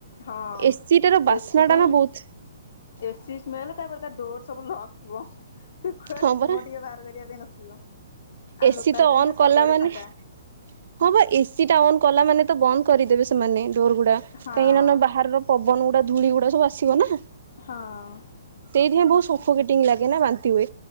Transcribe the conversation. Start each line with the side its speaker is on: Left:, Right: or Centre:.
Left: ହଁ
Right: ଏସିଟାର ବାସ୍ନାଟା
Left: ଏସି ପାଇଁ
Right: ନା ବହୁତ
Left: ଏସି ସ୍ମେଲ ତାପରେ ତା ଡୋର ସବୁ ଲକଥିବ ତୁକୁଆଡେ
Right: ହଁ ପରା
Left: ମୁହଁ ଟିକେ ବାହାର କରିବା ପାଇଁ ନଥିବ। ଆଉ
Right: ଏସିି
Left: ଲୋକାଲ
Right: ତ
Left: ଟ୍ରେନରେ
Right: ଅନ୍ କଲା
Left: ସବୁଆଡେ
Right: ମାନେ
Left: ଫାଙ୍କା।
Right: ହଁ ବା ଏସି ଟା ଅନ୍ କଲା ମାନେ ତ ବନ୍ଦ କରିଦେବେ ସେମାନେ ଡୋର ଗୁଡା
Left: ହଁ
Right: କାହିଁକି ନା ବାହାର ର ପବ ପବନ ଗୁଡା ଧୂଳି ଗୁଡା ସବୁ ଆସିବ ନା
Left: ହଁ ଅଁ
Right: ନୁହେଁ ବହୁତ ସଫକେଟିଙ୍ଗ ଲାଗେ ନା ବାନ୍ତି ହୁଏ